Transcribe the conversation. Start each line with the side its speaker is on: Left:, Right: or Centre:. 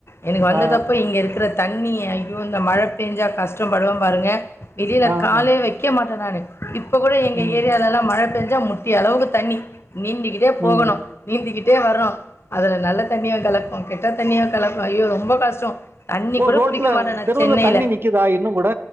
Left: எனக்கு வந்த
Right: ஆ
Left: தப்ப இங்க இருக்கிற தண்ணி ஐயோ இந்த மழ பேஞ்சா கஷ்டப்படுவே பாருங்க வெளில
Right: ஆ
Left: காலே
Right: ஆ
Left: வைக்க மாட்டே நானு இப்ப கூட எங்க
Right: ம்
Left: ஏரியாலல்லா மழ பேஞ்சா முட்டியளவுக்கு தண்ணி நீந்திக்கிட்டே போகணு
Right: ம்
Left: நீந்திக்கிட்டே வரோ அதுல நல்ல தண்ணியா கலப்போ கெட்ட தண்ணியா கலக்கோ ஐயோ ரொம்ப கஷ்டோ தண்ணி
Right: ஓ
Left: கூட
Right: ரோட்ல
Left: புடிக்க மாட்டே நா
Right: தெருவுல
Left: சென்னைல
Right: தண்ணி நிக்குதா இன்னு கூட